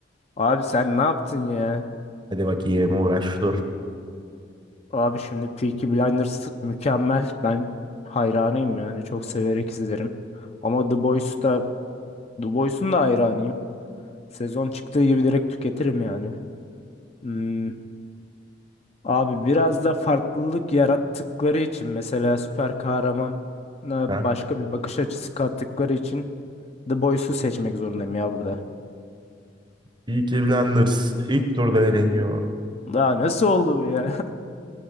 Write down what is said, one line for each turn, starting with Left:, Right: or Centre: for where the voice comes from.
Left: Abi sen ne yaptın ya?
Right: Hadi bakayım uğraş dur.
Left: Abi şimdi Peaky Blinders mükemmel. Ben hayranıyım yani çok severek izlerim. Ama The Boys'ta The Boys'un da hayranıyım. Sezon çıktığı gibi direkt tüketirim yani. Hmm, abi biraz da farklılık yarattıkları için mesela süper kahramana
Right: Ha?
Left: başka bir bakış açısı kattıkları için The Boys'u seçmek zorundayım ya burada.
Right: Peaky Blinders ilk turda eleniyor.
Left: Daha nasıl oldu bu ya?